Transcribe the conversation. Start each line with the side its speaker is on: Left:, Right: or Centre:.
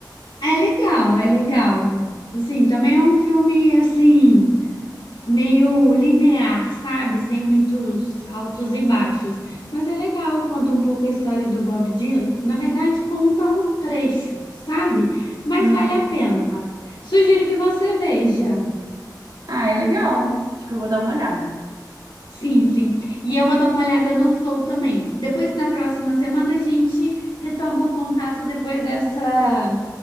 Left: É legal, é legal. Assim, também é um filme assim meio linear, sabe? Sem muitos altos e baixos, mas é legal, conta um pouco a história do Bob Dylan. Na verdade, conta um trecho, sabe? Mas
Right: Hum.
Left: vale a pena. Sugiro que você veja.
Right: Ah, é legal. Acho que eu vou dar uma olhada.
Left: Sim, sim. E eu vou dar uma olhada no Flow também. Depois, na próxima semana, a gente retoma o contato depois dessa,